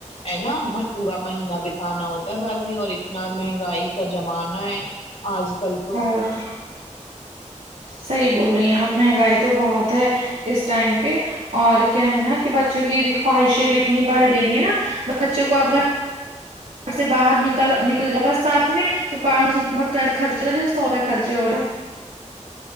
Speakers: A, on the left (about 55°); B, on the right (about 80°).
A: ہے نا میں پورا مہینہ ب ہٹانا ہوتا ہے بازی اور اتنا مہنگائی کا جمانہ ہے آج کل تو
B: بہت صحیح بول رہی ہیں آپ مہنگائی تو بہت ہے اس ٹائم پہ اور کیا ہے نا کہ بچوں کی بھی خواہشیں بھی اتنی بڑھ گئی ہیں نا بچوں کو آپ گھر سے باہر نکل نکل جاؤ برسات میں تو پانچ سو خرچ ہو سہورے خرچے ہو رہے